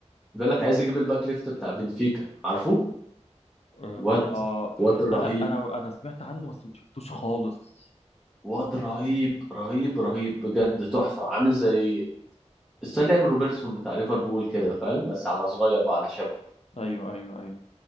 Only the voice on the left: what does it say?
آه
آه،
أنا أنا أنا سمعت عنه بس ما شفتوش خالص
أيوه أيوه أيوه